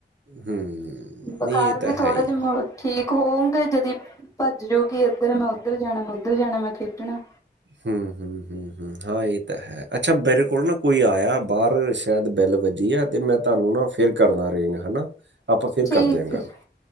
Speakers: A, on the right; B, on the left.
A: ਹੂੰ,
B: ਬੁਖਾਰ
A: ਨ‌ਈਂ ਇਹ
B: ਵੀ
A: ਤਾਂ
B: ਥੋੜਾ
A: ਹੈ ਈ
B: ਜਿਹਾ ਠੀਕ ਹੋਊਗੇ ਜਦੀ ਭੱਜ ਜੂ ਗੀ ਇੱਧਰ ਮੈਂ ਓਧਰ ਜਾਨਾ, ਮੈਂ ਉੱਧਰ ਜਾਨਾ ਮੈਂ ਖੇਡਨਾ।
A: ਹੂੰ-ਹੂੰ, ਹੂੰ-ਹੂੰ, ਹਾਂ ਇਹ ਤਾਂ ਹੈ। ਅੱਛਾ ਮੇਰੇ ਕੋਲ ਨਾ ਕੋਈ ਆਇਆ ਬਾਹਰ ਸ਼ਾਇਦ ਬੈਲ ਵੱਜੀ ਆ ਤੇ ਮੈਂ ਤੁਹਾਨੂੰ ਨਾ ਫਿਰ ਕਰਨਾ ਰਿੰਗ ਹੈਨਾ। ਆਪਾਂ ਫਿਰ
B: ਠੀਕ
A: ਕਰਦੇ ਆ ਗੱਲ।
B: ਹੈ ਜੀ